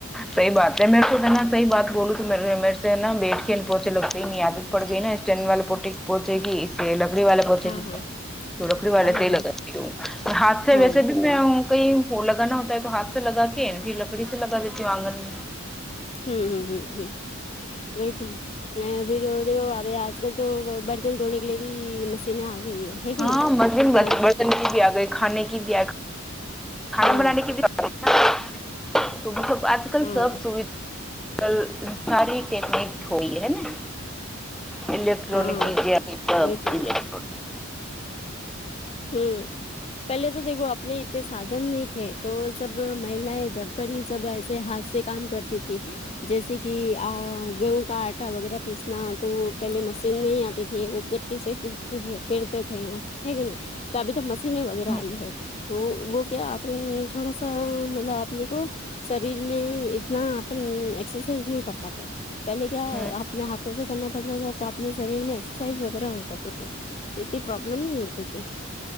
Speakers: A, in the centre; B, on the left.
A: صحیح بات ہے مرکو ہینا صحیح بات بولوں تو میرے سے نا بیٹھ کے پونچھ لو <unintelligible> عادت پردگی نا اسٹن وال پٹی پوچے گی یہ لکڑی والے پہنچے
B: ہاں
A: گی
B: ہاں
A: تو لکڑی والے
B: ہاں
A: سے ہی
B: ہاں
A: لگاتی ہوں ہاتھ سے
B: ہاں
A: ویسے بھی میں ہوں کہیں وہ لگانا ہوتا ہے تو ہاتھ سے لگا کے یہ لکڑی سے لگا دیتی ہو آنگن
B: امم امم امم امم وہی تو نا میں بھی رورہی ہوں ابھی آج کل تو برتن دھونے کے لیے بھی مشینیں آ گئی ہے ہے کہ
A: ہاں
B: نہیں
A: مشین
B: ہاں
A: برتن کی بھی آ گئی کھانے کی بھی آ گئی کھانا
B: ہاں
A: بنانے کی بھی آگئی ہاں آج کل
B: ہاں
A: سب سویدھ کل ساری ٹیکنک ہوئی ہے نا الیکٹرانک
B: ہاں
A: میڈیا کی کیا
B: وہی
A: سب
B: تو
A: الیکٹرانک
B: نا ہوں پہلے تو دیکھو اپنے انے سادھن نہیں تھے تو سب مہیائیں گھر پر ہی سب ایسے ہاتھ سے کام کرتی تھی جیسے کہ گیہوں کا آٹا وغیرہ پیسنا تو پہلے مشین نہیں آتی تھی وہ سے پھرتے تھے ہے کی نئی ابھی تو مشینیں وغیرہ
A: ہوں
B: آئی ہے تو وہ کیا اپی تھوڑا سا مطلب آپ نے کو شریر میں اتنا اپن ایکسرسائز نہیں کر پاتے پہلے کیا
A: ہوں
B: اپنے ہاتھوں سے کرنا پڑتا تھا تو اپنے شریر میں ایکسرسائز وغیرہ ہو جاتے تھے اتی پرابلم نہیں ہوتی تھی